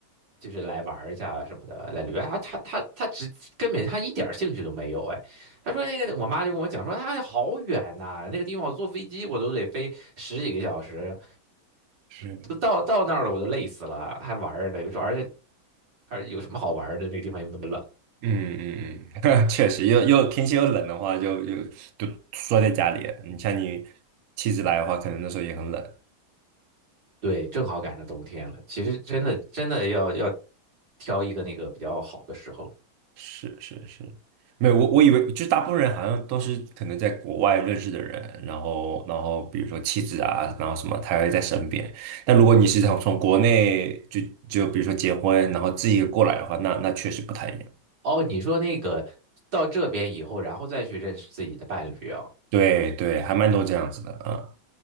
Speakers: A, on the right; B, on the right.
A: 就是来玩儿一下什么的，来旅游？啊，他他他只根本他一点儿兴趣都没有，哎，他说那个我妈就跟我讲说，啊，好远呐、那个地方我坐飞机我都得飞十几个小时，
B: 是的，
A: 都到到那儿了我都累死了，
B: 嗯
A: 还玩儿呢，有时候而且而有什么好玩儿的？那个地方又那么冷，
B: 嗯嗯，<laughs> 确实，又又天气又冷的话，就就就缩在家里你像你妻子来的话，可能那时候也很冷。
A: 对，正好赶上冬天了。其实真的真的要要挑一个那个比较好的时候。
B: 是是是，没有我我以为就是大部分人好像都是可能在国外认识的人，然后然后比如说妻子啊，然后什么他会在身边。但如果你是从从国内就就比如说结婚，然后自己过来的话，那那确实不太一样。
A: 哦，你说那个到这边以后，然后再去认识自己的伴侣啊？
B: 对对，还蛮多这样子的啊。